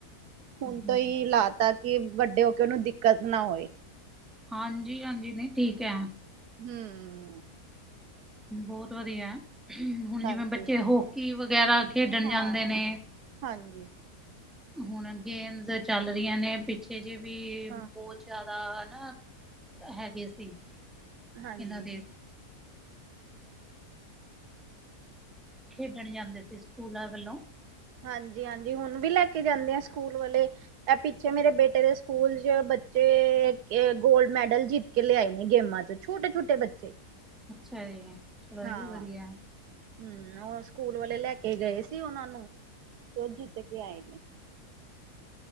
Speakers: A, on the right; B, in the centre.
A: ਹੁਣ
B: ਹਮ
A: ਤੋਂ ਹੀ ਲਾਤਾ ਕਿ, ਵੱਡੇ ਹੋ ਕੇ ਉਹਨੂੰ ਦਿੱਕਤ ਨਾ ਹੋਵੇ
B: ਹਾਂਜੀ- ਹਾਂਜੀ, ਨਹੀਂ ਠੀਕ ਐ
A: ਹਮ
B: ਬਹੁਤ ਵਧੀਆ। ਹੁਣ
A: ਹਾਂਜੀ,
B: ਜਿਵੇਂ ਬੱਚੇ ਹੋਕੀ ਵਗੈਰਾ ਖੇਡਣ
A: ਹਾਂ,
B: ਜਾਂਦੇ ਨੇ
A: ਹਾਂਜੀ।
B: ਹੁਣ ਗੇਮਸ ਚੱਲ ਰਹੀਆਂ ਨੇ, ਪਿੱਛੇ ਜੇ ਵੀ ਬਹੁਤ
A: ਹਾਂ,
B: ਜ਼ਿਆਦਾ ਨਾ ਹੈਗੇ ਸੀ।
A: ਹਾਂਜੀ
B: ਇਹਨਾਂ ਦੇ ਖੇਡਣ ਜਾਂਦੇ ਸੀ। ਸਕੂਲਾਂ ਵੱਲੋਂ
A: ਹਾਂਜੀ-ਹਾਂਜੀ, ਹੁਣ ਵੀ ਲੈ ਕੇ ਜਾਂਦੇ ਆ। ਸਕੂਲ ਵਾਲੇ ਇਹ ਪਿੱਛੇ, ਮੇਰੇ ਬੇਟੇ ਦੇ ਸਕੂਲ ਚ, ਬੱਚੇ ੲਹ ਗੋਲਡ ਮੈਡਲ ਜਿੱਤ ਕੇ ਲਿਆਏ ਨੇ ਗੇਮਾਂ ਚ, ਛੋਟੇ-ਛੋਟੇ ਬੱਚੇ
B: ਅੱਛਾ ਜੀ। ਚਲੋ
A: ਹਾਂ।
B: ਇਹ ਵੀ ਵਧੀਆ
A: ਹਮ, ਉਹ ਸਕੂਲ ਵਾਲੇ ਲੈ ਕੇ ਗਏ ਸੀ ਉਹਨਾਂ ਨੂੰ, ਤੇ ਉਹ ਜਿੱਤ ਕੇ ਆਏ ਨੇ।